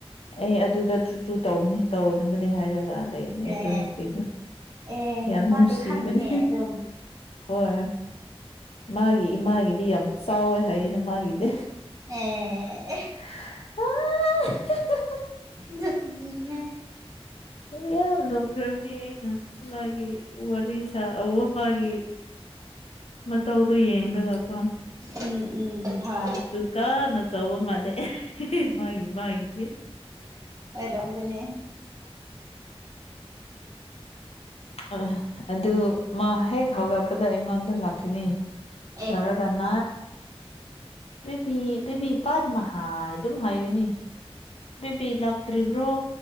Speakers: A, on the left; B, on the right.
A: ꯑꯩ ꯑꯗꯨꯗ ꯆꯨ ꯆꯨ ꯇꯧꯕꯅꯤ ꯇꯧꯝꯕꯅꯦ ꯍꯥꯏꯔꯒ ꯂꯩ ꯅꯦ ꯑꯗꯨ
B: ꯑꯦ
A: ꯅꯨꯄꯤꯗꯣ
B: ꯑꯦ
A: ꯌꯥꯝ
B: ꯃꯥꯗꯤ
A: ꯅꯨꯡꯁꯤꯕꯅꯦ
B: ꯈꯪꯉꯤꯅꯦ ꯑꯗꯨꯝ
A: ꯍꯣꯏ ꯃꯥꯒꯤ ꯏꯃꯥꯒꯤꯗꯤ ꯌꯥꯝ ꯁꯑꯣ ꯍꯥꯏꯌꯦꯅꯤꯃꯒꯤꯗꯦ
B: ꯑꯦ
A: ꯑꯣ
B: ꯅꯅꯤ
A: ꯑꯗꯨ ꯌꯥꯝꯌꯥꯝ ꯂꯧꯣꯛꯈ꯭ꯔꯕꯅꯦ ꯑꯩꯅ ꯃꯥꯒꯤ ꯋꯥꯔꯤ ꯑ ꯑꯎꯕꯒꯤ ꯃꯇꯧꯗꯨꯣ ꯌꯦꯡꯂꯒꯀꯣ
B: ꯎꯝ ꯎꯝ ꯍ
A: ꯨꯁꯨꯨ ꯀꯥꯟꯅ ꯆꯥꯎ ꯃꯥꯅꯦ ꯃꯥꯒꯤ ꯃꯥꯒꯤꯁꯦ
B: ꯑꯣꯏꯔꯝꯒꯅꯤ
A: ꯑ ꯑꯗꯨ ꯃꯥ ꯍꯦꯛ ꯍꯧꯒꯠꯄꯗ ꯑꯩꯉꯣꯟꯗ ꯂꯥꯛꯈꯤꯅꯤ
B: ꯑꯦ ꯑꯦ ꯑꯦ ꯑꯦ
A: ꯂꯔꯀꯥꯟ ꯥꯏꯕꯤꯕꯤ ꯄꯠ ꯃꯍ ꯍꯥꯏꯥꯏ ꯑꯗꯨꯝ ꯍꯥꯏꯒꯅꯤ ꯕꯦꯕꯤ ꯂꯥꯛꯇ꯭ꯔꯤꯕ꯭ꯔꯣ